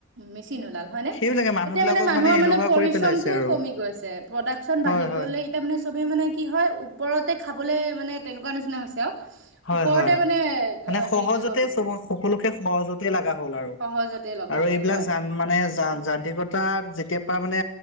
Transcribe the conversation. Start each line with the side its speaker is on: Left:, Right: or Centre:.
Right: মেচিন ওলাল হয় নে
Left: সেইবিলাকে মানুহ
Right: এতিয়া
Left: বিলাকক
Right: মানে মানুহৰ
Left: এলেহুৱা
Right: মানে পৰিশ্ৰমটোও
Left: কৰি পেলাইছে আৰু
Right: কমি গৈছে। প্ৰডাকশ্যন বাঢ়িবলৈ
Left: হয় হয়
Right: এতিয়া মানে চবেই মানে কি হয় ওপৰতে খাবলৈ মানে তেনেকুৱা নিচিনা হৈছে আৰু
Left: হয়
Right: ওপৰতে
Left: হয়
Right: মানে
Left: মানে সহজতে
Right: হেৰি কৰিব বিচাৰে
Left: চ সকলোকে সহজতে লগা হ'ল আৰু
Right: সহজতে লগা
Left: আৰু
Right: হ'ল
Left: এইবিলাক
Right: হয়
Left: জান মানে য যান্ত্ৰিকতা যেতিয়াৰ পৰা মানে